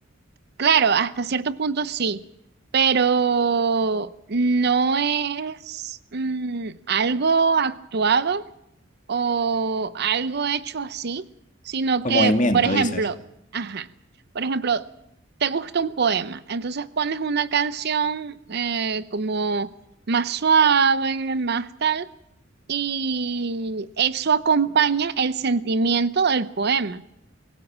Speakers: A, on the right (about 55°); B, on the left (about 40°).
A: Claro, hasta cierto punto sí, pero no es mm, algo actuado o algo hecho así, sino
B: con
A: que,
B: movimiento,
A: por ejemplo,
B: dices.
A: ajá, por ejemplo, te gusta un poema, entonces pones una canción eh, como más suave, más tal, y eso acompaña el sentimiento del poema.